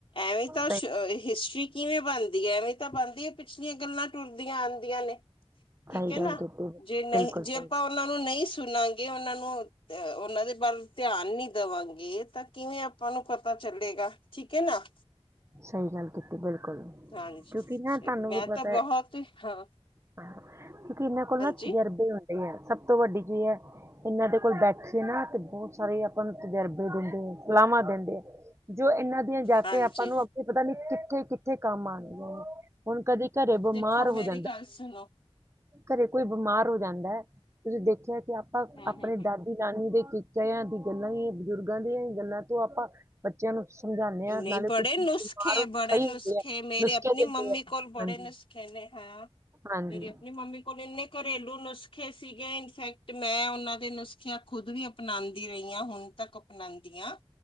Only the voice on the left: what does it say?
ਐਵੇਂ ਤਾਂ
ਹਿਸਟਰੀ ਕਿਵੇਂ ਬਣਦੀ ਹੈ, ਐਵੇਂ ਤਾਂ ਬਣਦੀ ਹੈ, ਪਿਛਲੀਆਂ ਗੱਲਾਂ ਟੁਰਦੀਆਂ ਆਉਂਦੀਆਂ ਨੇ। ਠੀਕ
ਹੈ
ਨਾ,
ਜੇ ਨਹੀਂ,
ਜੇ
ਆਪਾਂ ਉਹਨਾ ਨੂੰ ਨਹੀਂ ਸੁਣਾਂਗੇ ਉਹਨਾਂ ਨੂੰ, ਅ ਉਹਨਾਂ ਦੇ ਬਾਰੇ ਧਿਆਨ ਨੀ ਦੇਵਾਂਗੇ, ਤਾਂ ਕਿਵੇਂ ਆਪਾਂ ਨੂੰ ਪਤਾ ਚੱਲੇਗਾ, ਠੀਕ ਹੈ ਨਾ।
ਹਾਂਜੀ
ਮੈਂ
ਤਾਂ ਬਹੁਤ
ਹਾਂ
ਹਾਂਜੀ
ਹਾਂਜੀ
ਦੇਖੋ
ਮੇਰੀ ਗੱਲ ਸੁਨੋ।
ਹਮ
ਹਮ ਹਮ
ਨਹੀਂ
ਬੜੇ
ਨੁਸਖੇ
ਹੈ,
ਬੜੇ ਨੁਸਖੇ,
ਮੇਰੇ
ਆਪਣੀ
ਮੰਮੀ
ਕੋਲ ਬੜੇ
ਨੁਸਖੇ ਨੇ। ਹੈ,
ਮੇਰੀ ਆਪਣੀ ਮੰਮੀ ਕੋਲ ਇੰਨੇ ਘਰੇਲੂ ਨੁਸਖੇ ਨੁਸਖੇ ਸੀਗੇ ਇਨਫੈਕਟ ਮੈਂ ਉਹਨਾਂ ਦੇ ਨੁਸਖਿਆਂ ਖੁਦ ਵੀ ਅਪਣਾਉਂਦੀ ਰਹੀਆਂ ਹੁਣ ਤੱਕ ਅਪਣਾਉਂਦੀਆਂ,